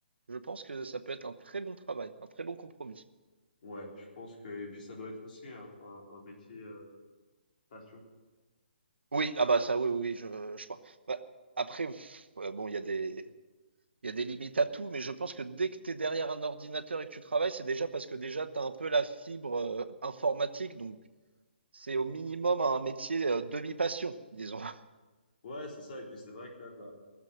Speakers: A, on the right (about 75°); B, on the left (about 50°).
A: je pense que ça peut être un très bon travail, un très bon compromis.
B: Ouais, je pense que... Et puis ça doit être aussi un, un- un métier euh, passion.
A: Oui, ah bah ça, oui, oui, oui, je, je pense. Bah, après, pff, ouais, bon, il y a des, Il y a des limites à tout, mais je pense que dès que tu es derrière un ordinateur et que tu travailles, c'est déjà parce que déjà tu as un peu la fibre euh, informatique, donc c'est au minimum un métier euh, demi-passion, disons. <laughs>
B: Ouais, c'est ça. Et puis c'est vrai que là, tu